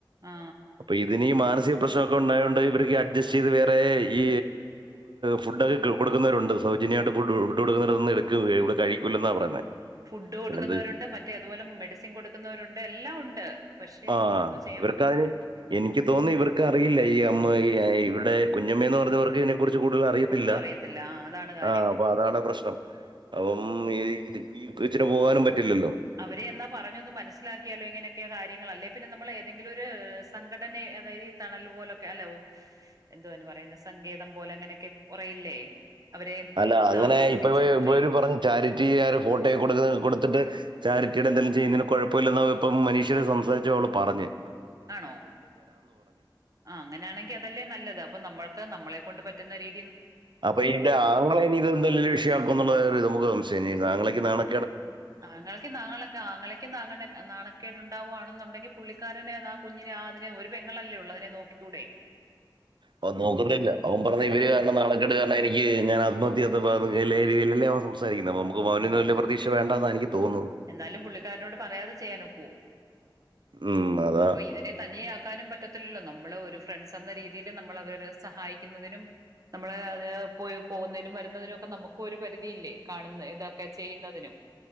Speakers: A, on the right; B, on the right.
A: ആ
B: അപ്പൊ ഇതിനീ മാന സിക പ്രശ്നൊക്കെ ഉണ്ടായോണ്ട് ഇവർക്ക് അഡ്ജസ്റ്റ് ചെയ്ത് വേറെ ഈ ഫുഡൊക്കെ കൊടുക്കുന്നവരുണ്ട് സൗജന്യായിട്ട് ഫുഡ്‌ ഫുഡ്‌കൊടുക്കുന്നടക്ക് ഇവിടെ കഴിക്കൂ ലെന്ന പറയുന്നത്
A: ഫുഡ് കൊടുക്കുന്നവരുണ്ട്
B: പിന്നെന്ത്
A: മറ്റേ അതുപോലെ മെഡിസിൻ കൊടുക്കുന്നവരുണ്ട് എല്ലാം ഉണ്ട് പക്ഷെ
B: ആ
A: എന്തൊ ചെ
B: ഇവർക്കതിന് എനിക്ക് തോന്നി ഇവർക്കറിയില്ല ഈ അമ്മ ഈ ഇവിടെ കുഞ്ഞമ്മേന്ന് പറഞ്ഞവർക്ക് എനി കുറിച്ച് കൂടുതൽ അറിയത്തില്ല
A: ഒട്ടും ആ അതാണ് കാര്യം.
B: ആ അപ്പൊ അതാണ് പ്രശ്നം അപ്പം ഈ ഈ ഇച്ചിന് പോകാനും പറ്റില്ലല്ലോ
A: അവരെ എന്നാ പറഞ്ഞൊന്ന് മനസ്സിലാക്കിയാലോ ഇങ്ങനെയൊക്കെ കാര്യങ്ങൾ അല്ലേ പിന്നെ നമ്മൾ ഏതെങ്കിലും ഒരു സംഘടനയെ അതായത് ഈ തണല് പോലൊക്കെ അലൗ എന്തുവോ <unintelligible> പറയുന്ന സംഗീതം പോലെ അങ്ങനെയൊക്കെ കുറയില്ലേ അവരെ
B: അല്ല അങ്ങനെ
A: താമസിപ്പിച്ച്
B: ഇപ്പവേ ഇവർ
A: ട്രീ
B: പറഞ് ചാരിറ്റികാർ ഫോട്ടേയെ കൊട് കൊടുത്തിട്ട് ചാരിറ്റിയുടെ എന്തങ്കിലും ചെയ്യുന്നതിന് കുഴപ്പമില്ല എന്ന ഇപ്പം മനീഷയെ സംസാരിച്ച അവൾ പറഞ്ഞെ
A: ആണോ ആ അങ്ങനെയാണെങ്കി അതല്ലേ നല്ലത് അപ്പൊ നമ്മൾക്ക് നമ്മളെ കൊണ്ടു പറ്റുന്ന രീ
B: അപ്പൊ ഇന്റെ ആങ്ങളെ ഇനി എന്തങ്കിലും വിഷയാക്കോ എന്നുള്ള നമുക്ക് സംശയം. ആങ്ങളക് നാളെ
A: ആങ്ങളെക്ക് നാളെക ആങ്ങളക്ക് <unintelligible> നാണ ക്കേടു ണ്ടാവാണെന്നുണ്ടെങ്കി പുള്ളിക്കാരനെ ആ കുഞ്ഞിനെ ആ അതിനെ ഒരു പെങ്ങൾല്ലേ ഉള്ളെ അതിനെ നോക്കിക്കൂടെേ
B: അവ നോക്കുന്നില്ല അവൻ പറഞ്ഞെ ഇവര് കാരണം നാണക്കെട് കാരണം എനിക്ക് ഞാൻ ആത്മഹ <unintelligible> രീതിയിലല്ലേ അവൻ സംസരിക്കുന്നത് നമുക്കവനിലൊന്നും വലിയ പ്രതീക്ഷ വേണ്ട എന്ന എനിക്ക് തോന്നുന്നത്
A: എന്നാലും പുള്ളിക്കാരനോട് പറയാതെ ചെയ്യാനൊക്കോ
B: ഉം, അതാ
A: ഇപ്പൊ ഇതിനെ തനിയെ ആക്കാനും പറ്റത്തില്ലല്ലോ നമ്മളെ ഒരു ഫ്രണ്ട്സ് എന്ന രീതിയിൽ നമ്മൾ അവരെരെ സഹായിക്കുന്നതിനും നമ്മള് അത് പോയി പോകുന്നതിനും വരുന്നതിനും ഒക്കെ നമുക്കും ഒരു പരിധിയില്ലേ കാണുന്ന ഇതൊക്കെ ചെയ്യുന്നതിനും